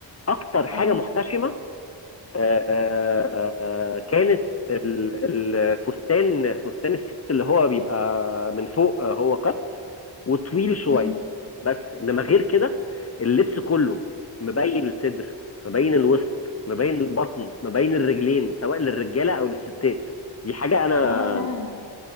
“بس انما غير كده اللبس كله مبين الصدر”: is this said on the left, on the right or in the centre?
Left